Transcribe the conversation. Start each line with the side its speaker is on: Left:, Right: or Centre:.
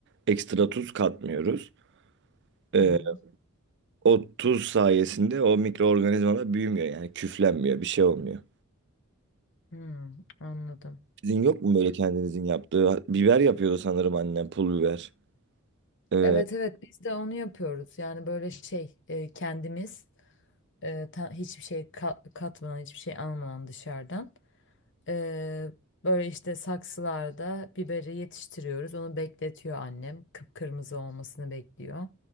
Right: ekstra tuz katmıyoruz. Ee,
Left: Hı hı.
Right: o tuz sayesinde o mikroorganizmalar büyümüyor yani küflenmiyor bir şey olmuyor.
Left: Hmm, anladım.
Right: Sizin yok mu böyle kendinizin yaptığı? Biber yapıyordu sanırım annem pul biber. Ee, hı
Left: Evet evet biz de onu yapıyoruz. Yani böyle şey e, kendimiz e, ta- hiçbir şey ka- katmadan hiçbir şey almadan dışarıdan. Ee, böyle işte saksılarda biberi yetiştiriyoruz. Onu bekletiyor annem. Kıpkırmızı olmasını bekliyor.